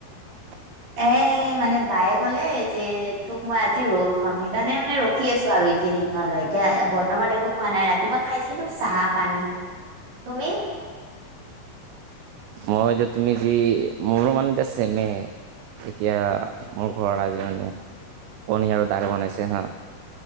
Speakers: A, on the right; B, on the right.
A: <inaudible>
B: এ মানে বায়ে ক'লে যে তোক মই আজি ৰুল খোৱাম সেইকাৰণে মানে ৰখি আছো আৰু ইভিনিং। নলয় এতিয়া বৰ্তমান একো খোৱা নাই ৰাতিপুৱা খাইছিলো চাহ পানী তুমি?
A: মই যে তুমি যি মোৰো মানে এতিয়াচেমে এতিয়া মোৰ ঘৰত আজি মানে কণী আৰু দাল বনাইছে হাঁ